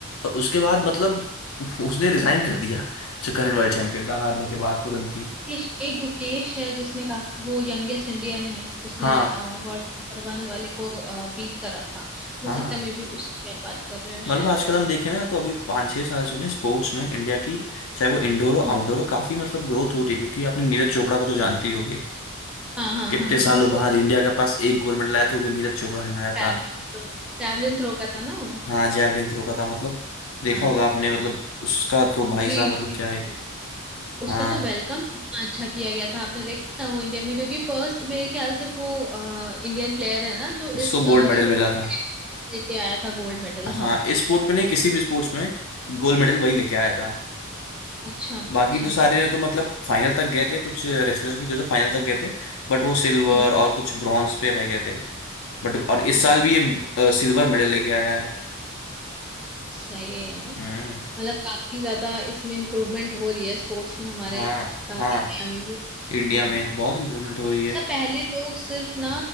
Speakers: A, on the left (about 65°); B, in the centre.
A: और उसके बाद मतलब <laughs> उसने रिजाइन कर दिया जो करंट वर्ल्ड चैंपियन था हारने के बाद तुरंत ही
B: गुकेश- एक गुकेश है जिसने काफी वो यंगेस्ट इंडियन है जिसने
A: हाँ
B: वर्ल्ड नंबर वन वाले को बीट करा था तो हो
A: हाँ
B: सकता है मे बी उसकी आप बात कर रहे हो
A: मतलब
B: शायद
A: आजकल हम देखें ना तो अभी पाँच छह साल से उन्हें स्पोर्ट्स में इंडिया की चाहे वो इंडोर हो आउटडोर
B: हम्म
A: हो काफी मतलब ग्रोथ हो रही है क्योंकि आपने नीरज चोपड़ा को तो जानती होगी
B: हाँ हाँ
A: कितने
B: हाँ
A: सालों
B: हाँ, उसको
A: बाद इंडिया के पास एक गोल्ड मेडल आया था वो भी नीरज चोपड़ा ने लाया
B: ट्रैवलिंग
A: था
B: थ्रो ट्रैवलिंग थ्रो का था ना वो
A: हाँ जैवलिन थ्रो का था मतलब देखा
B: हाँ
A: होगा आपने मतलब उसका तो भाई
B: जी
A: साहब मतलब
B: जी
A: क्या है
B: जी उसका
A: हाँ
B: तो वेलकम इतना अच्छा किया गया था आपने देखा था वो इंडिया में क्योंकि फर्स्ट मेरे ख्याल से वो इंडियन प्लेयर है ना जो
A: जिसको
B: इस स्पोर्ट
A: गोल्ड मेडल मिला था
B: में लेके आया था गोल्ड मेडल हाँ
A: हाँ इस स्पोर्ट में नहीं किसी भी स्पोर्ट्स में गोल्ड मेडल वही लेके आया था
B: अच्छा
A: बाकी
B: अच्छा
A: तो सारे
B: ओके
A: ने तो मतलब फाइनल तक गए थे कुछ रेसलर्स भी थे जो फाइनल तक गए थे बट वो सिल्वर
B: हम्म
A: और कुछ ब्रॉन्ज पे रह गए थे बट और इस
B: हम्म
A: साल भी ये सिल्वर मेडल लेके आया है
B: सही है यार
A: हम्म
B: मतलब काफी ज्यादा इसमें इम्प्रूवमेंट हो रही है स्पोर्ट्स में हमारे
A: हाँ
B: अ, इंडिया
A: हाँ
B: में भी
A: इंडिया
B: हाँ
A: में बहुत इम्प्रूवमेंट हो रही है
B: अच्छा पहले लोग सिर्फ ना